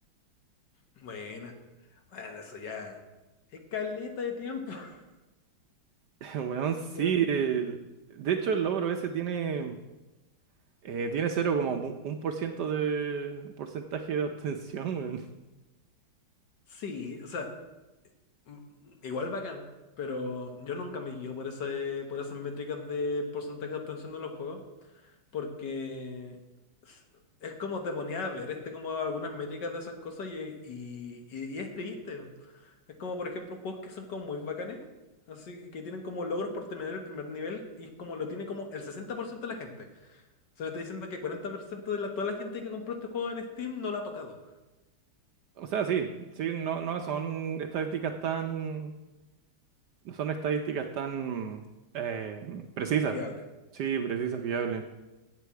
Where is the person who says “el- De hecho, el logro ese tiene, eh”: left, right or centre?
Right